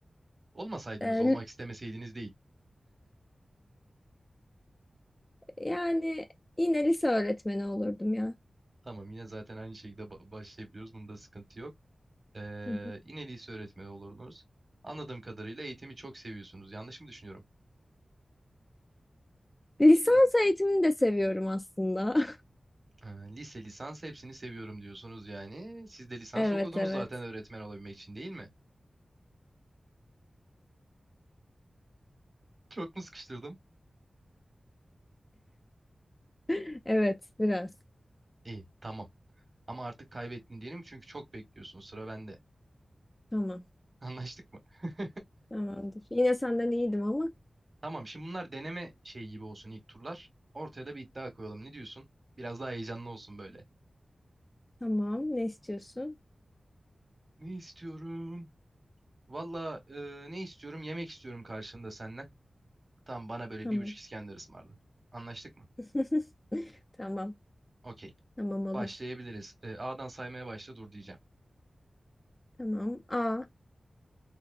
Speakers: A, on the right (about 30°); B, on the left (about 20°).
A: Olmasaydınız,
B: e,
A: olmak istemeseydiniz değil.
B: yani yine lise öğretmeni olurdum ya.
A: Tamam yine zaten aynı şekilde ba- başlayabiliyoruz. Bunda sıkıntı yok. Ee,
B: Hı hı.
A: yine lise öğretmeni olurdunuz. Anladığım kadarıyla eğitimi çok seviyorsunuz. Yanlış mı düşünüyorum?
B: Lisans
A: Hı.
B: eğitimini de seviyorum aslında. <laughs>
A: Ee, lise, lisans hepsini seviyorum diyorsunuz yani. Siz de lisans
B: Evet
A: okudunuz
B: evet.
A: zaten öğretmen olabilmek için değil mi? Çok mu sıkıştırdım?
B: <laughs> Evet biraz.
A: İyi tamam. Ama artık kaybettin diyelim çünkü çok bekliyorsun. Sıra bende.
B: Tamam.
A: <laughs> Anlaştık mı? <laughs>
B: Tamamdır. Yine senden iyiydim ama.
A: Tamam şimdi bunlar deneme şey gibi olsun ilk turlar. Ortaya da bir iddia koyalım. Ne diyorsun? Biraz daha heyecanlı olsun böyle.
B: Tamam. Ne istiyorsun?
A: Ne istiyorum? Valla e, ne istiyorum? Yemek istiyorum karşılığında senden. Tamam bana böyle
B: Tamam.
A: bir buçuk İskender ısmarla. Anlaştık mı?
B: <laughs> Tamam.
A: Okey.
B: Tamam olur.
A: Başlayabiliriz. E, A'dan saymaya başla dur diyeceğim.
B: Tamam. A.